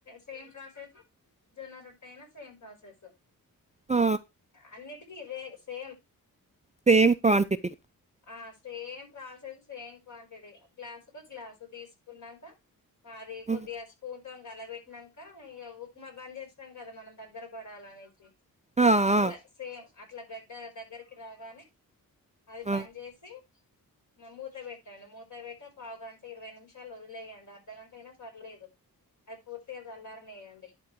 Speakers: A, on the left (about 50°); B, on the right (about 20°).
A: సేమ్ ప్రాసెస్ జొన్న రొట్టయినా సేమ్ ప్రాసెస్
B: ఆ!
A: అన్నిటికీ ఇదే సేమ్
B: సేమ్ క్వాంటిటీ
A: ఆ సేమ్ ప్రాసెస్ సేమ్ క్వాంటిటీ గ్లాసుకు గ్లాసు తీసుకున్నాక అది
B: హ్మ్.
A: కొద్దిగా స్పూన్ తో కలబెట్టినంకా ఇగా ఉక్మా బంద్ చేస్తాం కదా మనం దగ్గర పడ లనేసి
B: ఆ!
A: అట్లా
B: ఆ!
A: సేమ్ అట్లా గడ్డ దగ్గరికి రాగానే అది
B: ఆ!
A: బంద్ చేసి మూత పెట్టండి మూత పెట్టి పావు గంట ఇరవై నిమిషాలు వదిలేయండి అర్ధగంట అయినా పర్లేదు అది పూర్తిగా చల్లారనియ్యండి